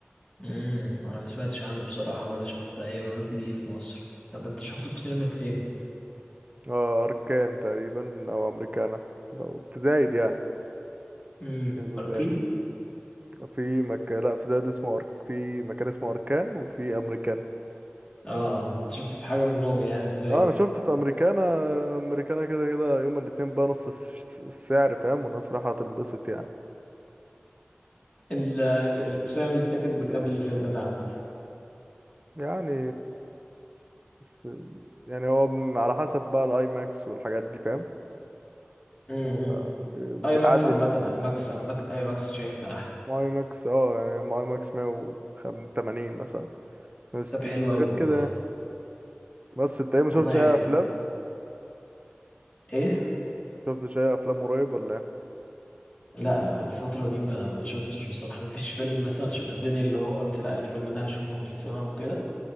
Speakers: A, on the left (about 25°); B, on the right (about 35°).
A: امم انا ما سمعتش عنه بصراحة ولا شفت اي عروض ليه في مصر طب انت شفته في سينما ايه
B: اه اركان تقريبا او امريكانا لو تزايد يعني
A: امم
B: شيء
A: اركين
B: زايد في مكان لا في زايد اسمه أرك... في مكان اسمه اركان وفي امريكانا
A: اه آه، انت شفته في حاجة منهم يعني بزايد
B: اه انا شفت في امريكانا امريكانا كده كده يوم الاتنين بقى نص الس- السعر فاهم والناس رايحة تنبسط يعني
A: ال ال- ال- سعر التيكت
B: بس
A: بكام الفيلم ده عامة
B: يعني في- يعني هو على حسب بقى الاي ماكس والحاجات دي فاهم
A: امم
B: آه، بيعدي
A: اي ماكس عامة اي ماكس عامة اي ماكس شايفها احلى
B: الماي ماكس اه يعني ماي ماكس 180 مثلا 160
A: طب حلو
B: حاجات
A: قوي والله
B: كده يعني بس انت ايه ما
A: والله
B: شفتش
A: حلو
B: اي افلام
A: ايه
B: شفتش اي افلام قريب ولا ايه
A: لا لا الفترة دي ما ما شفتش بصراحة ما فيش فيلم مثلا شدني اللي هو قلت لا الفيلم ده هشوفه في السينما وكده